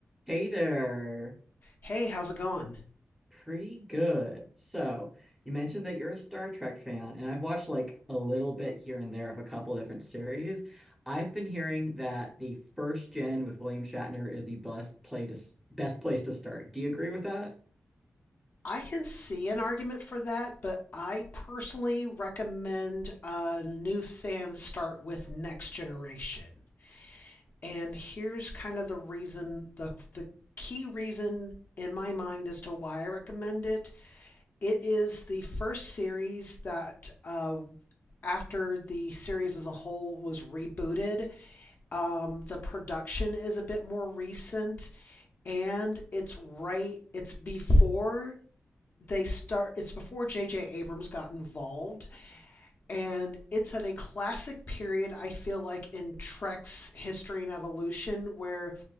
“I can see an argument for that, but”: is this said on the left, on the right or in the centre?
Left